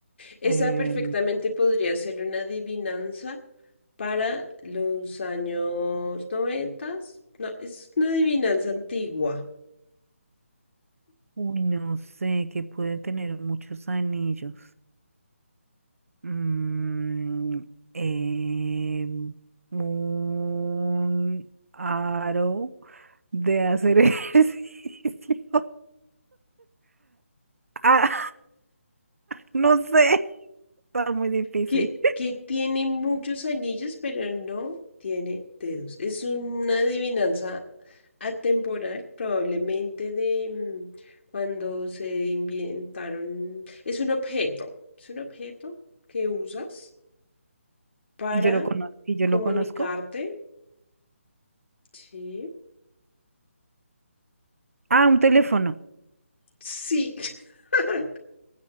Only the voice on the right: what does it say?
Eh,
uy, no sé, que puede tener muchos anillos. Mm, em, un aro de hacer <laughs> ejercicio. Ah, no sé, está muy difícil.
Y yo lo conozco, y yo
lo conozco.
Ah, un teléfono.